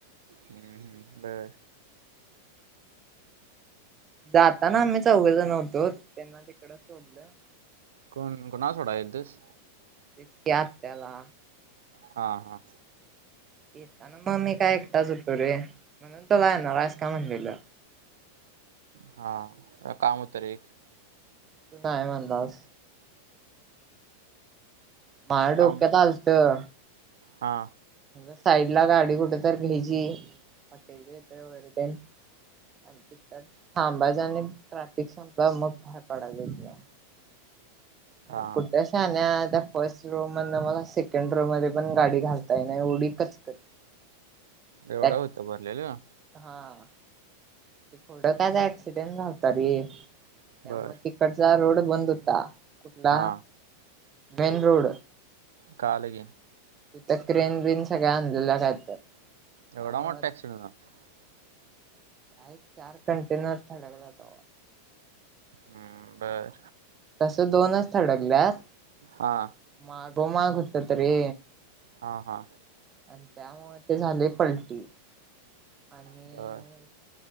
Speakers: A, on the right; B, on the right.
A: हं हं बर
B: जाताना आम्ही चौघ जण होतो. त्यांना तिकड सोडलं
A: कोण कोणा सोडायला गेलास?
B: हिच की आत्याला
A: हा हा
B: येताना मग मी काय एकटाच होतो रे म्हणून तुला येणार आहेस का म्हणलेलं?
A: हा काम होत रे एक
B: तू काय नाही म्हणालास. माझ्या
A: काम
B: डोक्यात आलतं.
A: हा.
B: साईड ला गाडी कुठे तर घ्यायची हॉटेल वगैरे ते आणि त थांबायच आणि ट्रॅफिक संपल की मग बाहेर पडायच इतन
A: हा
B: अर कुठ शान्या आता फर्स्ट रु <inaudible> <unintelligible> म्हण मला ध्ये <unintelligible> प गाडी काही नाही उडी कचकच
A: एवढं
B: त्यात
A: होतं भरलेलं
B: हा थोडं काय ऍक्सिडेंट झालता रे त्यामुळ
A: बर
B: तिकडचा रोड बंद होता. कुठला?
A: हा
B: मेन रोड
A: कळाल कि
B: तिथ क्रेन बिन सगळ्या आणलेल्या काय तर त्यामुळं
A: एवढा मोठा ऍक्सिडेंट होता
B: काय चार कंटेनर थडकल्यात
A: हं बर
B: तस दोनच थडकल्यात
A: हा
B: मागो माग होत तरी.
A: हा हा
B: आणि त्यामुळे ते झाले पलटी, आणि
A: बर